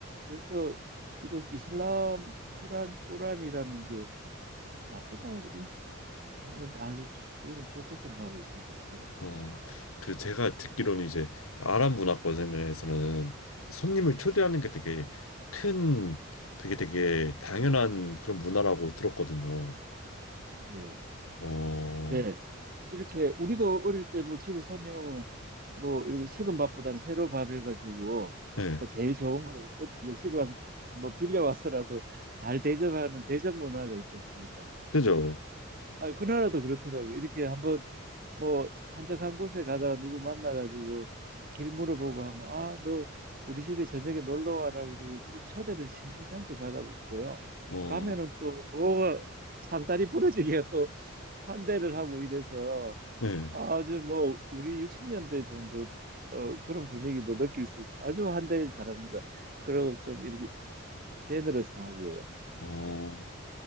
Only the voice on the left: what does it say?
어, 그 제가 듣기로는 이제 아랍 문화권에서는 손님을 초대하는 게 되게 큰, 그게 되게 당연한 그런 문화라고 들었거든요.
어,
네.
그죠?
어,
네.
어,